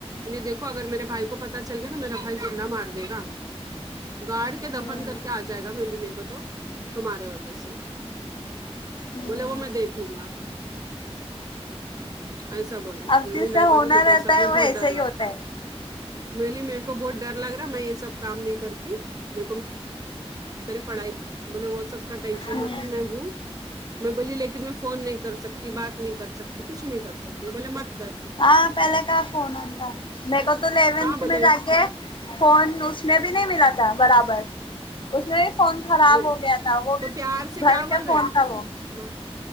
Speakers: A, on the right; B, on the left.
A: بے دیکھو اگر میرے بھائی کو پتا چل گیا نا میرا بھائی زندہ مار د گا گارڈ کے دفن
B: ہوں
A: کر کے آ جائے گا م میرے کو تو تمہارے وجہ سے
B: ہوں
A: بولے وہ میں دیکھ لوں گا ایسا بولے میں
B: اب
A: بولی
B: جیسا
A: نہی
B: ہونا
A: بابا میرے
B: رہتا
A: کو یہ سب
B: ہے
A: میں
B: وہ ایسا
A: بہت ڈر
B: ہی ہوتا
A: لگتا
B: ہے
A: میں بولی میرے کو بہت ڈر لگ رہا ہے میں یہ سب کام نہیں کرتی میرے کو میرے پڑھائی بولے وہ سب کا ٹینشن
B: ہوں
A: مت لے میں ہوں میں بولی لی کن میں فون نہیں کر سکتی بات نہیں کر سکتی کچھ نہیں کر سکتی بولے مت کر
B: ہاں پہلے کہاں فون ووں ٹھا میرے کو تو یلونٹھ
A: ہاں بولے
B: میں جا کے فون اس میں بھی نہیں ملا تھا برابر اس میں بھی فون خراب
A: میں
B: ہو گیا تھا وہ بھی
A: تو پیار سے
B: گھر
A: کیا بول
B: کا فون
A: رہے ہیں؟
B: تھا وہ
A: مت